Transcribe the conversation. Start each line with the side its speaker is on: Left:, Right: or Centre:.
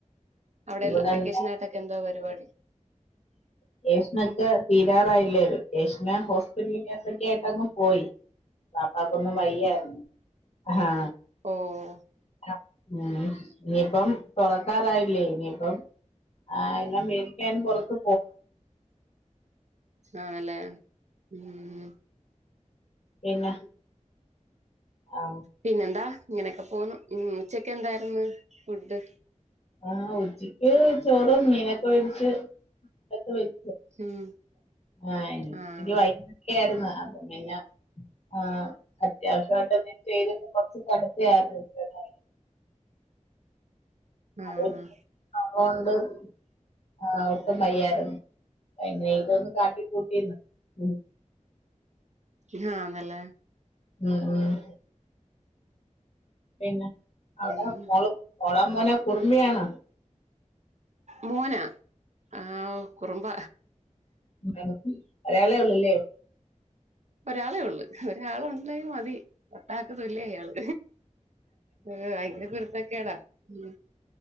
Right: അവിടെ
Left: ഇവിടെ
Right: ൽ വെക്കേഷനായിട്ടൊക്കെന്തോ
Left: എന്താ
Right: പരിപാടി?
Left: ക്കേഷനൊക്കെ തീരാറായില്ലേ വെക്കേഷന് ഹോസ്പിറ്റൽ കേസൊക്കെ ആയിട്ടങ്ങ് പോയി. ബാപ്പാക്കൊന്നും വയ്യായിരുന്നു. അഹാ
Right: ഓഹ്
Left: <inaudible> ഉം ഇനിയിപ്പം തുറക്കാറായില്ലേ ഇനിപ്പം ആഹ് എല്ലാം വേടിക്കാൻ പൊറത്ത്
Right: ആണല്ലേ ഉം ഊം.
Left: പിന്ന ആഹ്
Right: പിന്നെന്താ ഇങ്ങനെയൊക്കെ പോവുന്നു ഉം ഉച്ചക്കെ ന്തായിരുന്ന് ഫുഡ്?
Left: ആഹ് ഉച്ചക്ക് ചോറും മീനൊക്കെ വേടിച്ച് <unintelligible>
Right: ഉം
Left: ക്കെ
Right: ആഹ്
Left: ആയിരുന്നു അപ്പ പിന്ന ആഹ് അത്യാവശ്യയിട്ട് <unintelligible> കൊർച്ച് തണുത്തെയായിരുന്നു <unintelligible>
Right: ആഹ്
Left: അതുകൊണ്ട് ആഹ് ഒട്ടും വയ്യായിരുന്നു. എങ്ങനെക്കൊന്ന് കാട്ടി കൂട്ടിന്ന്. ഉം
Right: ഹാന്നല്ലേ
Left: ഉം ഉം പിന്നെ അവിടെ
Right: ഉം
Left: മോള് മോളോ മോനൊ കുറുമ്പിയാണൊ?
Right: മോനാ ആഹ് കുറുമ്പ.
Left: <unintelligible> ഒരാളെള്ളൂല്ലേ
Right: ഒരാളേള്ളു ഒരാളോണ്ടേ മതി രണ്ടാക്ക് തുല്യ ഇയാള് ഭയങ്കര കുരുത്തക്കേട ഉം